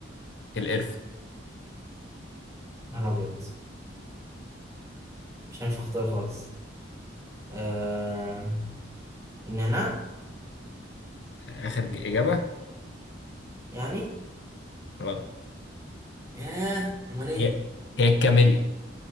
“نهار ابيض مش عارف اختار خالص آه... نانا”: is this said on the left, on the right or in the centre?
Right